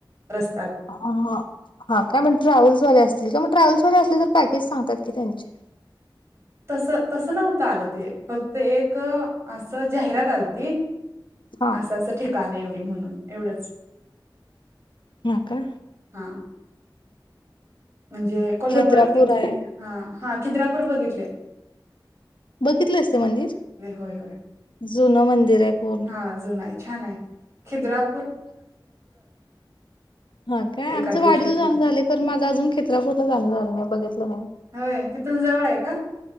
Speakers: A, on the right; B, on the left.
A: रस्त
B: हा काय मग ते ट्रॅव्हल्सवाले असतील टॅव्हलस पॅकेज असले तर पॅकेज सांगतात कि त्यांचे
A: तस, तसं नव्हतं आलं. ते फक्त एक असं जाहिरात आलती
B: हा
A: असं असं ठिकाणे एवढं म्हणून एवढंच
B: हं का
A: हा म्हणजे कोल्हापुरात
B: खेत्रापूर
A: किती
B: आहे
A: ह, हा खिद्रापूर बघितलय
B: बघितले असते मंदिर?
A: होय होय
B: जुनं मंदिर आहे पूर्ण
A: हा जुना आहे छान आहे, खिद्रा
B: हा काय
A: एका
B: आमच
A: दिवशी
B: वाडीला
A: केली
B: जाऊन झालय खरं माझ अजून.... चित्रापुर ला जाणं झालं नाही.
A: होय तिथून जवळ आहे का